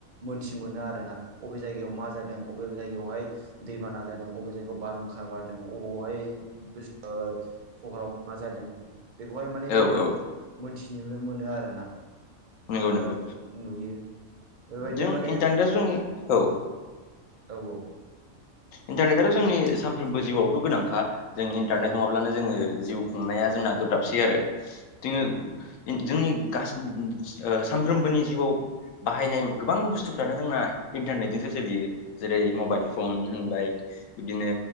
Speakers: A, on the right (about 55°); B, on the left (about 80°).
A: मोनथि मोनो आरोना अबे जायायाव मा जादों बबे जाय हाय दैबाना जादों अबे जायगायाव बारहुंखा बारदों अबावहाय ओ सहराव मा जादों बेखौहाय माने जोङो
B: औ
A: मोनथिनो मोनो आरोना।
B: नंगौ नंगौ
A: ओ नुयो बेबायदिनो
B: जों
A: माने
B: इन्टारनेटआ जोंनि औ
A: औ औ
B: इन्टारनेटआथ' जोंनि सानफ्रोमबो जिउआवथ' गोनांखा जों इन्टारनेट
A: औ
B: नङाब्लानो जोङो जिउ खुंनाया जोंना गोब्राबसै आरो जोङो
A: औ
B: जोंनि गासिन <unintelligible> ओ सानफ्रोमबोनि जिउआव बाहायनाय गोबां बुस्थुफ्रानो जोंना इन्टारनेटजोंसो सोलियो। जेरै मबाइल
A: औ
B: फन होनबाय बिब्दिनो